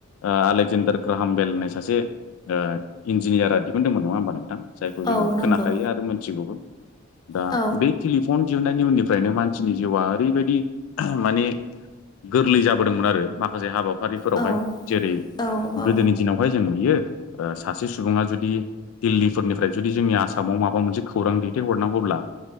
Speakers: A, on the left (about 80°); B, on the left (about 20°).
A: आलेकजेन्डार ग्राहाम बेल होननाय सासे ओ इन्जिनियारा दिहुनदोंमोन नङा होमबा नोंथां? जायखौ
B: औ
A: जोङो
B: नंगौ
A: खोनाखायो आरो मोनथिगौबो दा
B: औ
A: बे टेलिफन दिहुननायनि उननिफ्रायनो मानसिनि जिउआ ओरैबायदि माने गोरलै जाबोदोंमोन आरो माखासे हाबा फारिफोरावहाय
B: औ
A: जेरै
B: औ औ
A: गोदोनि दिनावहाय जों नुयो ओ सासे सुबुङा जुदि दिल्लिफोरनिफ्राय जुदि जोंनि आसामाव माबा मोनसे खौरां दैथायहरनांगौब्ला